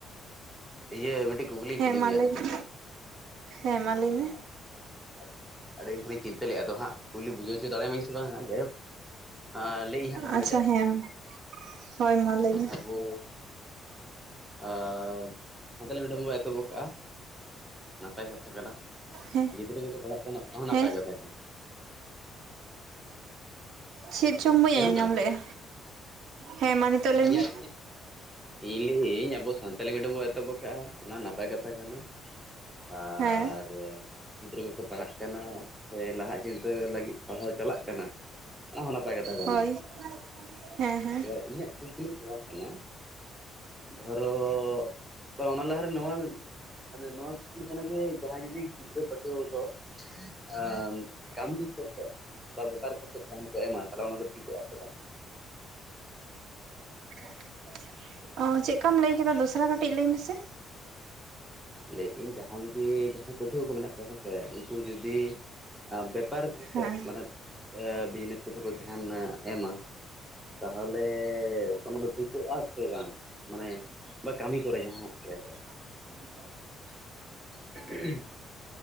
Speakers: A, in the centre; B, on the right.
A: ᱤᱭᱟᱹ ᱢᱤᱫᱴᱤᱡ ᱠᱩᱠᱞᱤᱧ ᱠᱩᱞᱤ
B: ᱢᱟ
A: ᱢᱮᱭᱟ
B: ᱞᱟᱹᱭ
A: ᱦᱮᱸ ᱥᱮ
B: ᱢᱮ ᱦᱮᱸ
A: ᱟᱸ
B: ᱢᱟ ᱞᱟᱹᱭ ᱢᱮ
A: <unintelligible> ᱟᱹᱰᱤᱧ ᱠᱷᱚᱱ ᱪᱤᱱᱛᱟᱹᱛ ᱞᱮᱫᱼᱟ ᱟᱫᱚ ᱦᱟᱸᱜ ᱠᱩᱞᱤ ᱵᱩᱡᱷᱟᱹᱣᱪᱚ ᱫᱟᱲᱮᱭᱟᱹᱞᱤᱧ ᱥᱮ ᱵᱟᱝ ᱦᱟᱸ ᱡᱟᱭᱳᱠ ᱟ ᱞᱟᱹᱭ ᱮ ᱟᱹᱧ ᱦᱟᱸᱜ ᱠᱩᱠᱩᱞᱤ
B: ᱟᱪᱪᱷᱟ
A: ᱴᱟᱜ
B: ᱦᱮᱸ ᱦᱳᱭ ᱢᱟ ᱞᱟᱹᱭ ᱢᱮ
A: ᱟᱵᱚ <unintelligible> ᱟᱨ ᱥᱟᱱᱛᱟᱲᱤ ᱢᱤᱰᱤᱭᱚᱢ ᱵᱚᱱ ᱮᱛᱚᱦᱚᱵ ᱟᱠᱟᱜᱼᱟ ᱱᱟᱯᱟᱭ ᱠᱟᱛᱷᱟ ᱠᱟᱱᱟ
B: ᱦᱮᱸ
A: ᱜᱤᱫᱽᱨᱟᱹ ᱠᱚᱠᱚ ᱯᱟᱲᱦᱟᱜ ᱠᱟᱱᱟ ᱚᱱᱟᱦᱚᱸ ᱱᱟᱯᱟᱭ
B: ᱦᱮᱸ
A: ᱠᱟᱛᱷᱟ ᱠᱟᱱᱟ᱾
B: ᱪᱮᱫ ᱪᱚᱝ ᱵᱟᱹᱧ
A: ᱟᱸᱡᱚᱢᱚᱜ
B: ᱟᱸᱡ ᱧᱟᱢ
A: ᱠᱟᱱᱟ
B: ᱞᱮᱜᱼᱟ ᱦᱮᱸ ᱢᱟ ᱱᱤᱛᱳᱜ ᱞᱟᱹᱭ
A: ᱤᱧᱟᱹᱜ
B: ᱢᱮ
A: ᱤᱧᱟᱹᱜ ᱤᱧ ᱞᱟᱹᱭᱟᱹᱧ, ᱟᱵᱚ ᱥᱟᱱᱛᱟᱞᱤ ᱢᱤᱰᱤᱭᱟ ᱵᱚ ᱮᱛᱚᱦᱚᱵ ᱟᱠᱟᱫᱼᱟ, ᱚᱱᱟ ᱱᱟᱯᱟᱭ ᱠᱟᱛᱷᱟ ᱠᱟᱱᱟ᱾ ᱟᱨ
B: ᱦᱮᱸ
A: ᱜᱤᱫᱽᱨᱟᱹ ᱠᱚᱠᱚ ᱯᱟᱲᱦᱟᱜ ᱠᱟᱱᱟ ᱥᱮ ᱞᱟᱦᱟᱜ ᱪᱤᱱᱛᱟᱹ ᱞᱟᱹᱜᱤᱫ ᱯᱟᱲᱦᱟᱣ ᱪᱟᱞᱟᱜ ᱠᱟᱱᱟ ᱚᱱᱟ ᱦᱚᱸ ᱱᱟᱯᱟᱭ ᱠᱟᱛᱷᱟ ᱠᱟᱱ
B: ᱦᱳᱭ ᱦᱮᱸ ᱦᱮᱸ
A: ᱜᱮᱭᱟ <unintelligible> ᱤᱧᱟᱹᱜ ᱠᱩᱠᱞᱤ ᱱᱚᱣᱟ ᱠᱟᱱᱟ ᱫᱷᱚᱨᱚ ᱵᱟᱸ ᱚᱱᱟ ᱞᱟᱦᱟᱨᱮ ᱱᱚᱣᱟ ᱢᱟᱱᱮ ᱱᱚᱣᱟ ᱠᱩᱠᱞᱤᱜ ᱠᱟᱱᱟ ᱡᱮ ᱡᱟᱦᱟᱸᱭ ᱡᱩᱫᱤ ᱜᱤᱫᱽᱨᱟᱹ <unintelligible> ᱴᱩ ᱠᱚ ᱟᱸ ᱠᱟᱹᱢᱤ ᱠᱚᱥᱮ ᱵᱟᱸ ᱵᱮᱯᱟᱨ ᱠᱚᱛᱮ ᱫᱷᱮᱭᱟᱱ ᱠᱚ ᱮᱢᱟ ᱛᱟᱦᱚᱞᱮ ᱚᱱᱟ ᱫᱚ ᱴᱷᱤᱠᱚᱜ ᱟ ᱥᱮ ᱵᱟᱝᱻᱟ
B: <inaudible> ᱚ ᱪᱮᱜ ᱞᱮᱠᱟᱢ ᱞᱟᱹᱭ ᱠᱮᱫᱟ ᱫᱚᱥᱨᱟ ᱠᱟᱹᱴᱤᱡ ᱞᱟᱹᱭ ᱢᱮᱥᱮ
A: ᱞᱟᱭᱮᱫᱤᱧ ᱡᱟᱦᱟᱸᱭ ᱡᱩᱫᱤ ᱡᱟᱦᱟᱸᱭ ᱯᱟᱹᱴᱷᱩᱣᱟᱹ ᱠᱚ ᱢᱮᱱᱟᱜ ᱠᱚᱣᱟ ᱦᱮᱸᱥᱮ ᱩᱱᱠᱩ ᱡᱩᱫᱤ ᱵᱮᱯᱟᱨ
B: ᱦᱮᱸ
A: ᱢᱟᱱᱮ ᱵᱤᱡᱽᱱᱮᱥ ᱠᱚᱛᱮ ᱠᱚ ᱫᱷᱮᱭᱟᱱ ᱮᱢᱟ ᱛᱟᱦᱚᱞᱮ ᱚᱱᱟ ᱫᱚ ᱴᱷᱤᱠᱩᱜᱼᱟ ᱥᱮ ᱵᱟᱝ ᱢᱟᱱᱮ ᱵᱟ ᱠᱟᱹᱢᱤ ᱠᱚᱨᱮ ᱡᱟᱦᱟᱸ <unintelligible>
B: <inaudible>
A: <inaudible>